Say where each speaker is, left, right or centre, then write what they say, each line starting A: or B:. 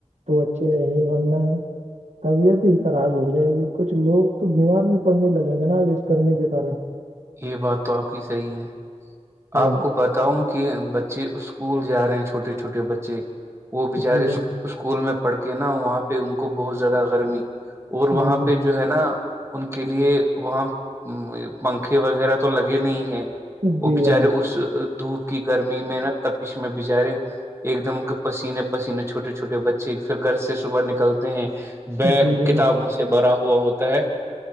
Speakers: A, on the right; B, on the right.
A: تو اچھے رہیں گ ورنہ طبیعت ہی خراب ہو جائے گی کچھ لوگ تو بیمار بھی پڑنے لگے گا نا اب اس گرمی کے کارن
B: یہ بات تو آپ کی صحیح ہے
A: جی جناب
B: آپ کو بتاؤں کہ بچے اسکول جا رہے ہیں چھوٹے چھوٹے بچے وہ بچارے
A: جی
B: اسکول میں پڑھ کے نا وہاں پہ ان کو بہت زیادہ گرمی اور
A: جی
B: وہاں پہ جو ہے نا ان کے لیے وہاں پنکھے وغیرہ تو لگے نہیں ہے وہ
A: جی
B: بچارے
A: جناب
B: اس دھوپ کی گرمی میں نہا تپش میں بچارے ایک دم کے پسینے پسینے چھوٹے چھوٹے بچے پھر گھر سے صبح نکلتے ہیں بیگ
A: جی جناب
B: کتابوں سے بھرا ہوا ہوتا ہے